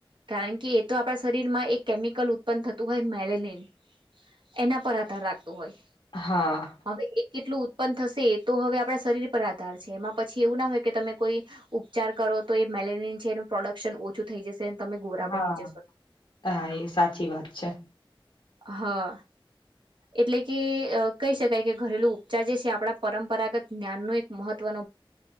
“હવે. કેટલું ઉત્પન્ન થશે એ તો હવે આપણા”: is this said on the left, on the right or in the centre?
Right